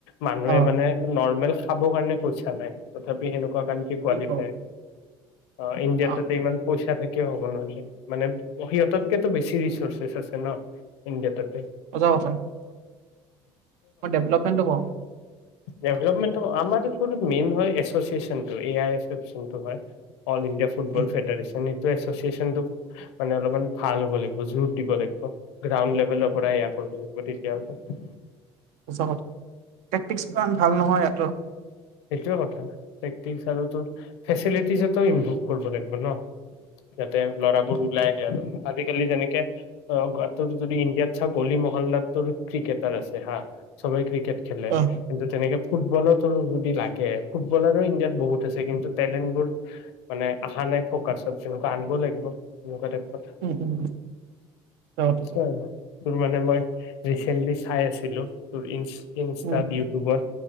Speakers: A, on the left (about 85°); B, on the right (about 70°).
A: মানুহে
B: অ',
A: মানে নৰ্মেল। খাব কাৰণে পইছা নাই তথাপি সেনেকুৱা। কাউন্ট্ৰী কোৱা
B: কি
A: লি
B: কওঁ
A: গৈ অ ইণ্ডিয়াত
B: অ',
A: তাতে ইমান পইচা থাকেও হ'ব নোৱাৰি। মানে সিহঁততকেতো বেছি ৰিচৰ্চছ আছে ন ইণ্ডিয়াতত।
B: জাবজ মই ডেভলপমেণ্টটো ক।
A: ডেভপমেন্ট আমাৰ এই মেইন হয় এছচিয়েচনটো এ আই। চাচেন্টটো হয়। All India football
B: um,
A: federation. চিটিএচনটো অলপমান ভাল হ'ব লাগিব। যোৰ দিব লাগিব। ৰ পৰাই এয়া কৰিব লাগিব দি। <unintelligible>
B: সচক্টিক ভাল নহয় ইটো
A: সেইটোয়ে কথা প্ৰেক্টিক আৰু তোৰ ফেচিটিজ ইমপ্ৰুভ কৰিব লাগিব ন' যাতে ল'ৰাবোৰ ওলাই আহে আৰু আজিকালি যেনেকে ত যদি ইণ্ডিয়াত চা গলি মহল্লাত ত ক্ৰিকেটাৰ আছে হা, চবেই ক্ৰিকেট খেলে
B: অ',
A: কিন্তু তেনেকে ফুটবলতো যদি লাগে ফুটবলাৰো ইণ্ডিয়াত বহুত আছে কিন্তু তেলেন্টবোৰ মানে অ', আহা নাই ফ'কাচত আনিব লাগিব এনেকুৱা টাইপ কথা
B: উম, উম, অ'।
A: আছে আৰু। তোৰ মানে মই ৰিচেন্টলি চাই আছিলো তোৰ ই ইনষ্টাত,
B: উম,
A: ইউটিউবত।